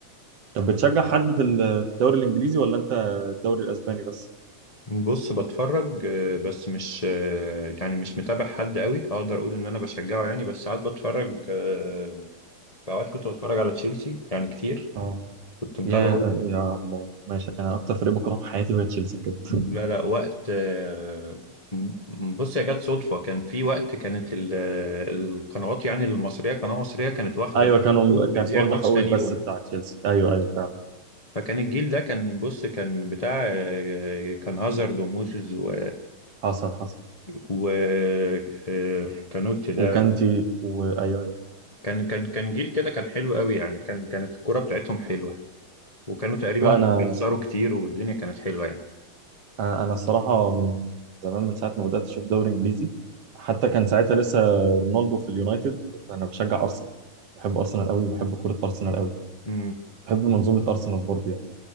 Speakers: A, on the right; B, on the left.
A: طب بتشجع حد في ال- في الدوري الانجليزي ولا انت الدوري الاسباني بس؟
B: بص بتفرج آه، بس مش آه، يعني مش متابع حد قوي اقدر اقول ان انا بشجعه يعني بس ساعات بتفرج آه، في اوقات كنت بتفرج على تشيلسي يعني كتير
A: اه
B: كنت متابعه
A: يا يا الله ماشي انا اكتر فريق بكرهه في حياتي هو تشيلسي بجد
B: لا لا وقت آه، بص يا جت صدفة كان في وقت كانت ال- القنوات يعني المصرية قناة مصرية كانت واخدة
A: ايوه
B: الحقوق
A: كانوا
B: بتذيع
A: كانت واخده
B: الماتش
A: حقوق
B: تاني
A: البث
B: يوم
A: بتاع تشيلسي ايوه ايوه فعلا
B: فكان الجيل ده كان بص كان بتاع آه، كان هازارد وموسيس و
A: حصل حصل
B: و- آه، كانوتي ده
A: وكانتي وايوه
B: كان كان كان جيل كده كان حلو قوي يعني كان كانت الكرة بتاعتهم حلوة وكانوا تقريبا
A: لا انا
B: بيخسروا كتير والدنيا كانت حلوة يعني
A: انا الصراحه من زمان من ساعه ما بدات اشوف دوري انجليزي حتى كان ساعتها لسه رونالدو في اليونايتد انا بشجع ارسنال بحب ارسنال قوي بحب كره ارسنال قوي
B: مم.
A: بحب منظومه ارسنال برضه يعني